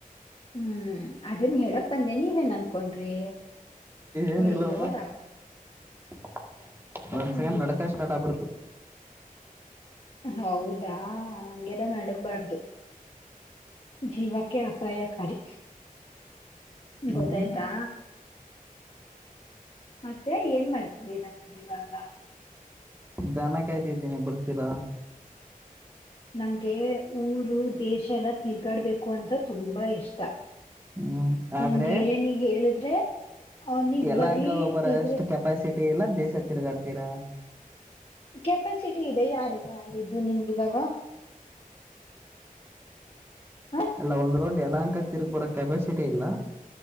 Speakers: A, on the left; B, on the right.
A: ಹ್ಮ್ ಅದನ್ ಹೇಳಕ್ ಬಂದೇ ನೀವೇನ್ ಅನ್ಕೊಂಡ್ರಿ
B: ಏನಿಲ್ಲಪ್ಪ
A: ಅಯ್ಯೋ ರಾ
B: <inaudible> ಒಂದ್
A: ಹ್ಮ್
B: ಸಗಂಡ್ ನಡಕ ಸ್ಟಾರ್ಟ್ ಆಗ್ಬಿಡ್ತು
A: ಹೌದಾ ಹಗೆಲ್ಲ ನಡಗ್ಬಾರ್ದು ಜೀವಕ್ಕೆ ಅಪಾಯಕಾರಿ
B: ಹ್ಮ್
A: ಗೊತ್ತಾಯ್ತಾ ಮತ್ತೆ ಏನ್ ಮಾಡ್ತಿ ಇವಾಗ
B: ದನ ಕಾಯ್ತಾ ಇದ್ದೀನೆಿ ಬರ್ತಿೀರ
A: ನಂಗೆ ಊರು ದೇಶ ಎಲ್ಲಾ ತಿರ್ಗಾಡ್ಬೇಕು ಅಂತ ತುಂಬಾ ಇಷ್ಟ
B: ಹ್ಮ್
A: ನನ್
B: ಆದ್ರೆ
A: ಗೆಳೆಯನಿಗ್ ಹೇಳಿದ್ರೆ ಅವನಿಗ್
B: ಎಲ್ಲಾಅಂಕ
A: ಬರೀ
B: ಒಬ್ಬರಷ್ಟು
A: ಸಿಗ್ರೆಟ್
B: ಕೆಪಾಸಿಟಿ ಇಲ್ಲ ದೇಶ ತಿರ್ಗಾಡ್ತೀರಾ
A: ಕೆಪಾಸಿಟಿ ಇದೆ ಯಾರು ಹಿದ್ದು ನಿಮ್ಗೆ ಇವಾಗ ಹ
B: ಎಲ್ಲ ಒಂದು ್ ಎಲ್ಲಾಂಕ ತಿರ್ಗ್ ಬರೋ ಕೆಪಾಸಿಟಿ ಇಲ್ಲ